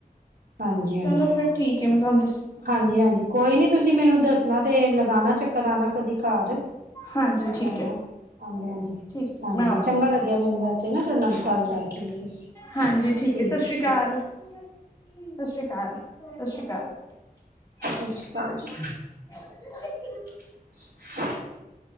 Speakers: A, on the right (about 80°); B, on the left (about 25°).
A: ਹਾਂਜੀ-ਹਾਂਜੀ
B: ਚਲੋ <inaudible>
A: ਹਾਂਜੀ ਹਾਂਜੀ ਕੋਈ ਨੀ ਤੁਸੀਂ ਮੈਨੂੰ ਦੱਸਣਾ ਤੇ ਲਗਾਉਣਾ ਚੱਕਰ ਫ਼ਿਰ ਆਨਾ ਕਦੀ ਘਰ ਲਿਆਣਾ
B: ਹਾਂਜੀ ਠੀਕ ਹੈ
A: ਹਾਂਜੀ-ਹਾਂਜੀ ਹਾਂਜੀ
B: ਠੀਕ ਠੀਕ
A: ਹਾਂਜੀ
B: ਮੈਂ ਆਵਾਂਗੀ
A: ਵੀ ਚੰਗਾ ਲੱਗਿਆ ਮੈਨੂੰ ਵੈਸੇ ਨਾ ਤੁਹਾਡੇ ਨਾਲ ਗੱਲ ਕਰਕੇ
B: ਹਾਂਜੀ
A: ਠੀਕ-ਠੀਕ
B: ਠੀਕ ਹੈ ਸਤਿ ਸ੍ਰੀ ਅਕਾਲ ਸਤਿ ਸ੍ਰੀ ਅਕਾਲ ਸਤਿ ਸ੍ਰੀ ਅਕਾਲ <inaudible>
A: ਸਤਿ ਸ਼੍ਰੀ ਅਕਾਲ ਜੀ। <inaudible>